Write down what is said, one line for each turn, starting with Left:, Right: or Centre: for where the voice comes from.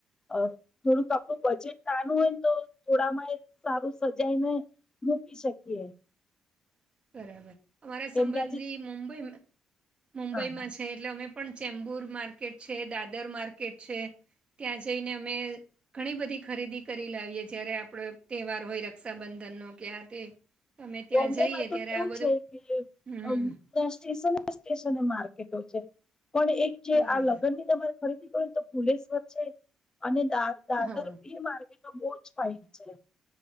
Left: અ થોડુંક આપણું બજેટ નાનું હોય ને તો થોડામાં એ સારું સજાય ને મૂકી શકીએ.
Right: બરાબર અમારા
Left: કેમ
Right: સંબંધી
Left: કે આજે
Right: મુંબઈ મુંબઈમાં
Left: હા હા
Right: છે. એટલે અમે પણ ચેમ્બુર માર્કેટ છે દાદર માર્કેટ છે ત્યાં જઈને અમે ઘણી બધી ખરીદી કરી લાવીએ જય્યારે આપડો તહેવાર હોય રક્ષાબંધનનો કે આ તે તમે ત્યાં
Left: બોમ્બેમાં
Right: જઈએ
Left: તો
Right: ત્યારે
Left: કેવું
Right: આ બધું
Left: છે કે
Right: હમ
Left: હમ્મ. સ્ટેશને સ્ટેશને માર્કેટો છે પણ એક જે
Right: બરાબર
Left: આ લગ્ન ની તમારે ખરીદી કર તો ભુલેશ્વર છે અને દાદર દાદર
Right: હા
Left: બે માર્કેટ